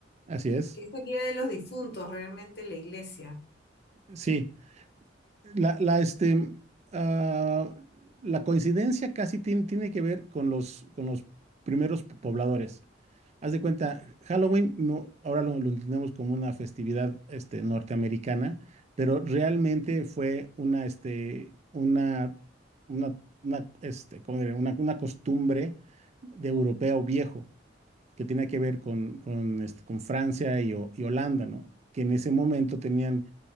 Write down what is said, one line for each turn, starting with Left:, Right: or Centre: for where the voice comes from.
Right: Así es.
Left: que es el Día de los Difuntos realmente en la iglesia,
Right: Sí. La, la, este, ah, la coincidencia casi tien- tiene que ver con los, con los primeros pobladores. Haz de cuenta, Halloween no, ahora lo, lo entendemos como una festividad este, norteamericana, pero realmente fue una, este, una, una, una, este, ¿cómo diré? Una, una costumbre de europeo viejo que tenía que ver con, con, este, con Francia y, Ho- y Holanda, ¿no? Que en ese momento tenían